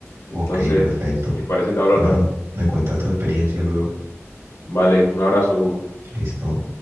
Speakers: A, on the left; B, on the right.
A: Entonces,
B: Ok, perfecto.
A: si te parece, te hablo
B: Bueno,
A: al rato.
B: me cuentas tu experiencia luego.
A: Vale, un abrazo, Hugo.
B: Listo.